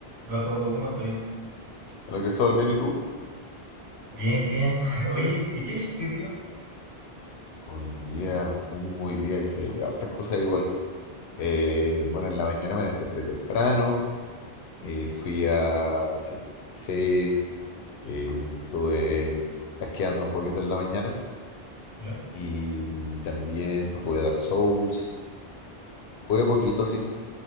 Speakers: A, on the right; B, on the left.
A: Hola, Joaco, ¿cómo estoy?
B: Hola Cristóbal, ¿bien y tú?
A: Bien, bien. <laughs> Oye, ¿y qué hiciste hoy día?
B: Hoy día, un hoy día hice hartas cosas igual. Eh, bueno, en la mañana me desperté temprano, eh, fui a hacerme un café, eh, estuve tasqueando un poquito en la mañana
A: ¿Ya?
B: y también jugué Dark Souls, jugué poquito sí,